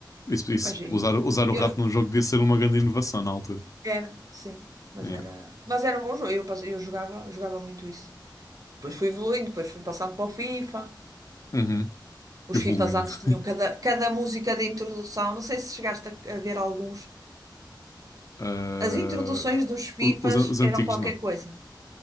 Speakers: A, on the left; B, on the right.
A: Isso, isso.
B: Mas e-
A: Usar, usar o
B: eu.
A: rato num jogo devia ser uma grande inovação na altura.
B: Era, sim. Mas
A: Yeah.
B: era. Mas era um bom jogo. Eu, passe- eu jogava, jogava muito isso. Depois fui evoluindo, depois fui passando para o FIFA.
A: Uhum.
B: Os
A: Evoluindo.
B: FIFAs antes tinham cada, cada música de introdução. Não sei se chegaste a, a ver alguns.
A: <laughs> Ah,
B: As introduções dos FIFAs
A: o- os, an- os
B: eram
A: antigos
B: qualquer
A: não.
B: coisa.